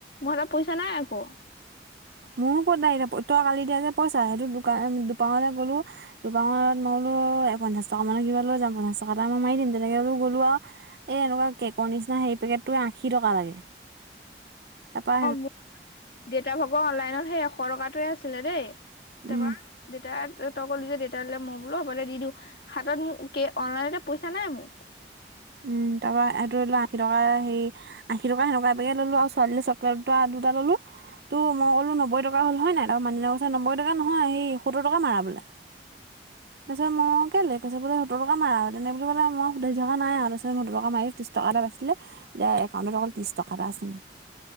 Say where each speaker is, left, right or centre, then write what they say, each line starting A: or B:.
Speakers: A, on the left; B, on the right.
A: মোৰ হাতত পইচা নাই আকৌ
B: মোৰো ক'তাই এতিয়া তই কালি দিয়া যে পইচা সেইটো দোকনলৈ গ'লো দোকানত মই বোলো পঞ্চাশ টকা মানে কিবা লৈ যাম পঞ্চাছ টকা টকা এটা মই মাৰি দিম তেনেকো গ'লো আৰু এনেকুৱা কেকৰ নিচিনা সেই পেকেটটো আশী টকা লাগে তাপা
A: অ দেউতা ভাগ অনলাইনত সেই এশ টকাটোৱে আছিলে দেই তাপা
B: উম
A: দেউাই তই ক'লি যে দেউতাই কলে মই বোলো হবদে দি দিওঁ হাতত মোক অনলাইনতে পইচা নাই মোৰ
B: উম তাৰপৰা এইটোৰ লোৱা আশী টকা হেৰি আশী টকা সেনেুকোৱা এপেকেট ললো আৰু ছোৱালীয়ে চকলেট দুটা ললো তো মই কলো নব্বৈ টকা হ'ল হয় নাই আৰু মানুহজনে কৈছে নব্বৈ টকা নহয় সত্তৰ টকা মাৰা বোলে তাৰপিচত মই কেলে কৈছে বোলে সতৰ টকা মাৰা আৰু তেনে বুলি বোলে মই সুধাই থকা নাই আৰু তাৰপিছত মই দুটকা মাৰি ত্ৰিছ টকা এটা পাইছিলে এতিয়া একাউণ্টত অকল ত্ৰিছ টকা এটা আছে মোৰ